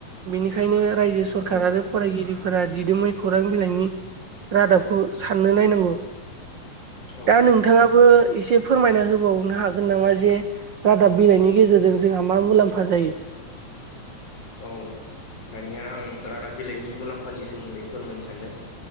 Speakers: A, on the right; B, on the left.
A: बेनिखायनो रायजो सरखार
B: औ
A: आरो फरायगिरिफोरा दिदोमै खौरां बिलाइनि रादाबखौ साननो नायनांगौ।
B: औ
A: दा नोंथाङाबो एसे फोरमायना होबावनो हागोन नामा? जे रादाब बिलाइनि गेजेरजों जोंहा मा मुलाम्फा जायो।
B: औ दानिया आं रादाब बिलाइनि मुलाम्फानि सोमोन्दै फोरमायनो सानदों।